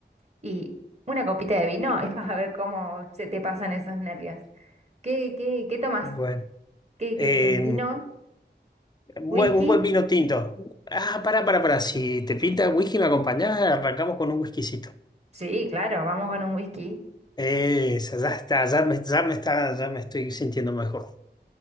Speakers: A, on the right; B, on the left.
A: y una copita de vino y <laughs> vas a ver cómo se te pasan esos nervios. ¿Qué, qué, qué tomas?
B: Bueno,
A: ¿Qué,
B: eh,
A: qué tom- vino?
B: buen-
A: ¿Whisky?
B: un buen vino tinto. Ah, para, para, para. Si te pinta whisky, me acompañás, arrancamos con un whiskycito.
A: Sí, claro, vamos con un whisky.
B: Esa, ya está, ya me, ya me está, ya me estoy sintiendo mejor.